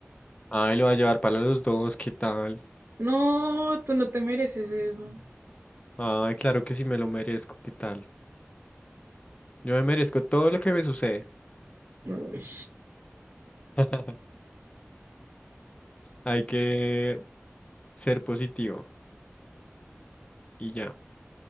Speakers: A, on the left (about 25°); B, on the right (about 45°).
A: ay, lo va a llevar para los dos, ¿qué tal?
B: No, tú no te mereces eso.
A: Ay, claro que sí me lo merezco, ¿qué tal? Yo me merezco todo lo que me sucede.
B: Uy,
A: <laughs> Hay que ser positivo y ya.